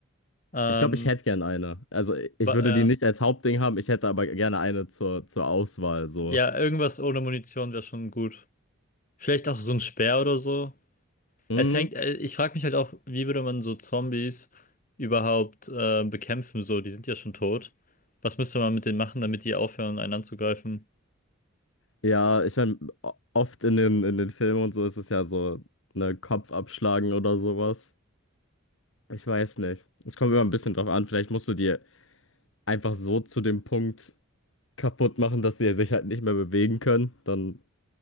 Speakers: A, on the left; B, on the left.
A: Ähm,
B: Ich glaube, ich hätte gern eine. Also ich
A: ba-
B: würde
A: äh,
B: die nicht als Hauptding haben, ich hätte aber gerne eine zur, zur Auswahl. So.
A: ja, irgendwas ohne Munition wäre schon gut. Vielleicht auch so ein Speer oder so.
B: Mhm.
A: Es hängt, äh, ich frage mich halt auch, wie würde man so Zombies überhaupt äh, bekämpfen? So, die sind ja schon tot. Was müsste man mit denen machen, damit die aufhören, einen anzugreifen?
B: Ja, ich meine, oft in den, in den Filmen und so ist es ja so, ne, Kopf abschlagen oder sowas. Ich weiß nicht. Es kommt immer ein bisschen drauf an. Vielleicht musst du dir einfach so zu dem Punkt. kaputt machen, dass sie sich halt nicht mehr bewegen können. Dann